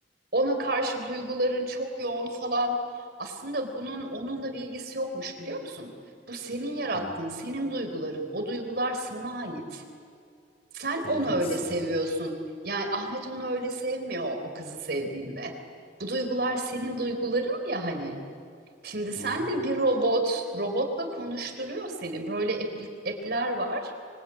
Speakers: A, on the right; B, on the left.
A: ona karşı duyguların çok yoğun falan. Aslında bunun onunla bir ilgisi yokmuş biliyor musun? Bu senin yarattığın,
B: Hı.
A: senin duyguların. O duygular sana ait. Sen
B: Doğru
A: onu öyle
B: aslında.
A: seviyorsun. Yani Ahmet onu öyle sevmiyor o kızı sevdiğinde. Bu duygular senin duyguların ya hani. Şimdi sen
B: Doğru.
A: de bir robot, robotla konuşturuyor seni. Böyle app, app'ler var